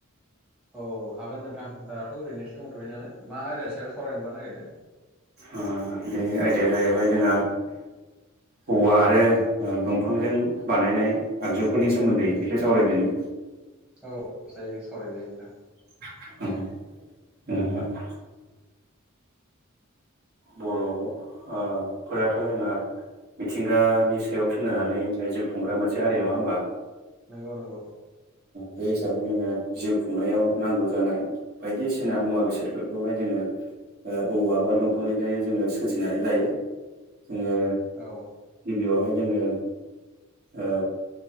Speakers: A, in the centre; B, on the right.
A: औ हागोन नोंथां दाथ' ओरैनोसो दंथ'यो नालाय मा आयदा सायाव सावरायनोबा नागिरदों
B: ओम बे आयदाया जाहैबाय जोंहा औवा आरो दंफांजों बानायनाय आगजुफोरनि सोमोन्दै एसे सावरायदोनि।
A: औ जायो सावरायजायो नोंथां।
B: अ <unintelligible> बर' ओ फोराथ' जोङो मिथिंगानि सायाव सोनानानै जिउ खुंग्रा मोनसे हारि नङा होमबा
A: नंगौ नंगौ
B: बे हिसाबै जोङो जिउ खुंनायाव नांगौ जानाय बायदिसिना मुवा बेसादफोरखौहाय जोङो औवा बा दंफांनिफ्रायायनो जोङो सोरजिनानै लायो जोङो
A: औ
B: गिबियावहाय जोङो ओ